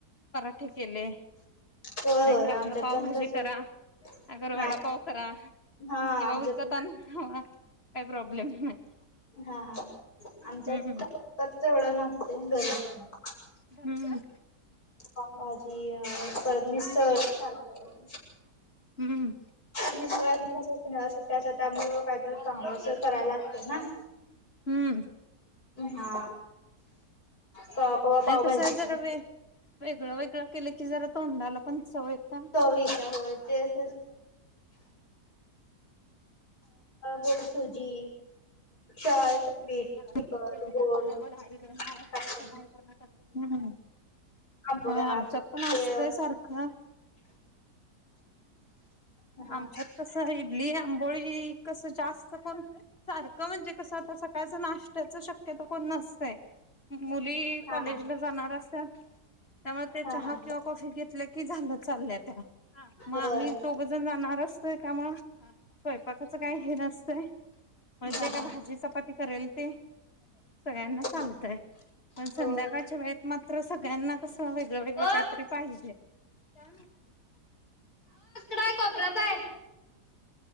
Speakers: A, on the left; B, on the left.
A: पराठे केले.
B: होय
A: नाहीतर
B: होय
A: आपलं
B: आमच्यात
A: पावभाजी
B: पण तसंच
A: करा अगर
B: नाही
A: वडापाव करा.
B: हा
A: किंवा
B: आमच्यात
A: विकत आणून खावा काही प्रॉब्लेम नाही.
B: हा हा आमच्यात
A: हम्म हम्म.
B: काय विकतच एवढं नसतय घरी बनऊन
A: हम्.
B: पावभजी अ परत मिसळ सारखं -
A: हम्म
B: मिस्टरासनी कस - उन्हाळ्या सुट्ट्या असत्यात यामुळ कायतर चांगल अस करायला लागतय ना.
A: हम्म
B: हा कवा कवा पावभजी
A: आणि कसं आहे जरा वे वेगळं वेगळं केल की जरा तोंडाला पं सवय थ
B: चवीच्या होय तेच गोड सुजी. शेवाळ्याचं
A: एकेकांचं
B: पीठ तिखट गोड
A: डबल आहै महाराष्ट्रात
B: काय
A: पण आहै आणि कर्नाटका त पण आहै.
B: आंबोळ्या
A: ह आमच्यात
B: ते
A: पण असतय सारखं.
B: हा
A: आमच्या कस इडली आंबोळी कसं जास्त कोण सारखं म्हं कस आता सकाळच नाश्त्याचं शक्यतो कोण नसतय, मुली
B: हा
A: कॉलेज ला जाणार असतात त्यामुळे ते
B: हा
A: चहा
B: हा
A: किंवा कॉफी घेतल्या कि झालं चालल्या त्या, हा म
B: होय
A: आम्ही दोघजण जाणार असतोय त्यामुळं स्वयंपाकाचं काय हे नसतंय. मग
B: हा
A: जे
B: हा
A: काय भाजी चपाती करेल ते सगळ्यांना चालतय.
B: हा
A: पण संध्याकाळच्या
B: होय.
A: वेळेत मात्र सगळ्यांना कसं वेगळं वेगळं
B: ओ अ
A: काहीतरी पाहिजे. का?
B: इथ हाय कोपऱ्यात हाय.